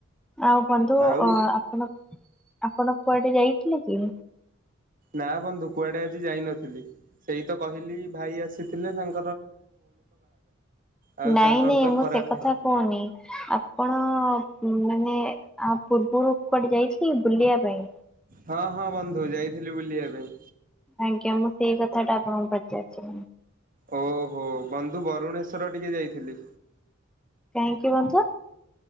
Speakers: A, in the centre; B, on the right.
A: ଆଉ ବୁନ୍ଧୁ
B: ଆଉ
A: ଆପଣ ଆପଣ କୁଆଡେ ଯାଇ କି ନକି
B: ନା ବନ୍ଧୁ କୁଆଡେ ଆଜି ଯାଇନଥିଲି। ସେଇ ତ କହିଲି ଭାଇ ଆସି ଥିଲେ ତାଙ୍କ ଆଉ
A: ନାଇଁ
B: ତାଙ୍କର
A: ନାଇଁ
B: ତ
A: ମୁଁ
B: ଖରାପ
A: ସେ କଥା କହୁନି। ଆପଣ ମାନେ ଆ ପୂର୍ବରୁ କୁଆଡେ ଯାଇଥିଲେ କି ବୁଲିବା ପାଇଁ।
B: ହଁ ହଁ ବନ୍ଧୁ ଯାଇଥିଲି ବୁଲିବା ପାଇଁ।
A: ଆଜ୍ଞା ମୁଁ ସେଇ କଥାଟା ଆପଣଙ୍କୁ ପଚାରିଛି।
B: ଓହୋ ବନ୍ଧୁ ବରୁଣେଶ୍ୱର ଟିକେ ଯାଇଥିଲି।
A: କାହିଁକି ବନ୍ତୁ